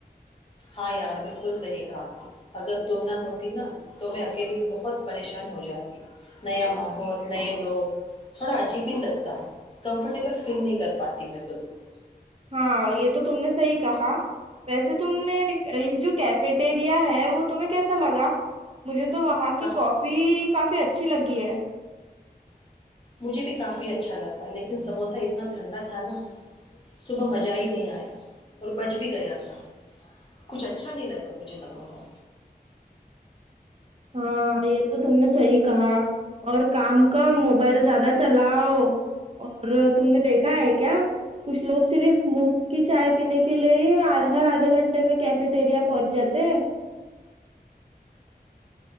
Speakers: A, on the left; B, on the right.
A: ہاں یار بالکل صحیح کہا اگر تم نہ ہوتی نا تو میں اکیلی بہت پریشان ہو جاتی نیا ماحول نئے لوگ تھوڑا عجیب ہی لگتا کمفرٹیبل فیل نہیں کر پاتی میں خود کو
B: ہاں یہ تو تم نے صحی کہا ویسے تم نے یہ جو کیفیٹیریا ہے وہ تمہیں کیسا لگا مجھے تو تو وہاں کی
A: کا
B: کافی کافی اچ اچھی لگی ہے
A: مجھے بھی کافی اچھا لگتا لیکن سموسہ اتنا ٹھنڈا تھا نا صبح مزہ ہی نہیں آیا اور بج بھی گیا تھا کچھ اچھا نہیں لگا مجھے سموسہ
B: ہاں یہ تو تم نے صحی کہا اور کام کم موبائل زیادہ چلاؤ اور تم نے دیکھا ہے کیا کچھ لوگ صرف مفت کی چائے پینے کے لیے ہی ہر آدھے گھنٹے میں کیفیٹیریا پہنچ جاتے